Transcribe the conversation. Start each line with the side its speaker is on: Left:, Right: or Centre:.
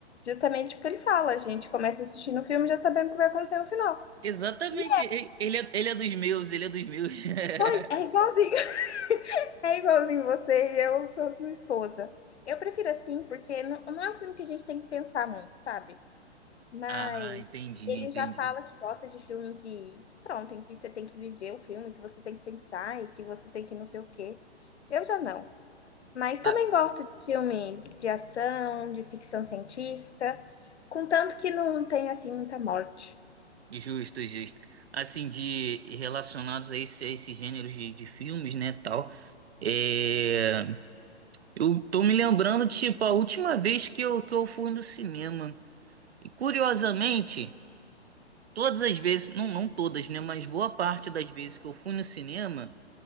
Left: Justamente porque ele fala, a gente começa assistindo o filme já sabendo o que vai acontecer no final.
Right: Exatamente.
Left: E
Right: E- Ele é, ele é dos meus, ele é dos meus. <laughs>
Left: pois, é igualzinho. <laughs> É igualzinho você e eu sou sua esposa. Eu prefiro assim, porque não, não é um filme que a gente tem que pensar muito, sabe? Mas
Right: Ah, entendi,
Left: ele
Right: entendi.
Left: já fala que gosta de filme em que, pronto, em que você tem que viver o filme, que você tem que pensar e que você tem que não sei o quê. Eu já não. Mas também
Right: Ah,
Left: gosto de filmes de ação, de ficção científica, contanto que não tem assim muita morte.
Right: justo, justo. Assim, de relacionados a, esse, a esses gêneros de, de filmes, né, tal. É, eu tô me lembrando, tipo, a última vez que eu, que eu fui no cinema. E curiosamente, todas as vezes, não, não todas, né? Mas boa parte das vezes que eu fui no cinema.